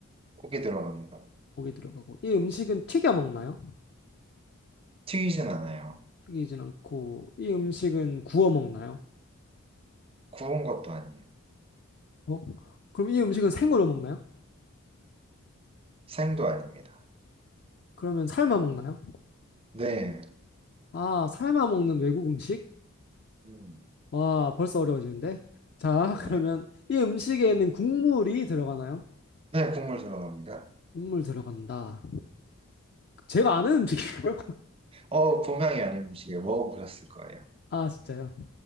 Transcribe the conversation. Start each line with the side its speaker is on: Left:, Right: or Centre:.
Right: 고기 들어갑니다.
Left: 고기 들어가고. 이 음식은 튀겨 먹나요?
Right: 튀기진 않아요.
Left: 튀기진 않고 이 음식은 구워 먹나요?
Right: 구운 것도 아니에요.
Left: 어? 그럼 이 음식은 생으로 먹나요?
Right: 생도 아닙니다.
Left: 그러면 삶아 먹나요?
Right: 네,
Left: 아, 삶아 먹는 외국 음식?
Right: 음,
Left: 와, 벌써 어려워지는데. 자,
Right: 네.
Left: <laughs> 그러면 이 음식에는 국물이 들어가나요?
Right: 네, 국물 들어갑니다.
Left: 국물 들어간다. 제가 아는 음식인가요? <laughs>
Right: 어, 동양이 아닌 음식이에요. 먹어보셨을 거예요.
Left: 아, 진짜요?